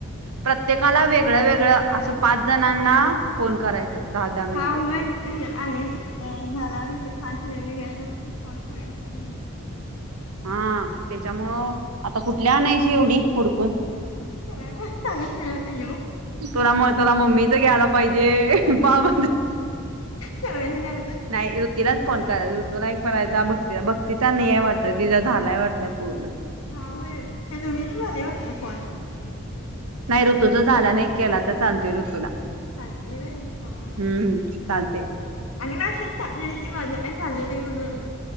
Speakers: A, on the right; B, on the left.
A: प्रत्येकाला वेगळं वेगळं असं पाच जणांना फोन करायचं दहा दहा मिनिटं
B: हा हो आले झाला पाच वेगवेगळ्या कॉल करायचं म्हटलं
A: हा त्याच्यामुळ आता कुठल्या आणायची एवढी हुडकून
B: सगळ्यांना सांगत राहायला पाहिजे बघ
A: तुला म तुला मम्मीच घ्यायला पाहिजे बाबा
B: सगळ्यांनी
A: नाही ऋतलाच फोन कराय ऋतूला परायचा भक्तीला भक्तीचा नाही वाटत तिचा झालाय वाटत पूर्ण
B: हा हो त्या दोघींचं झाले वाटतं कॉल
A: नाही ऋतूचा झाला नाही केला तर चालतय ऋतूला
B: चालतंय होयहाहा
A: हम्म चालते
B: आणि मेसेज टाकले की माझ काय झालं नाही अजून म्हणून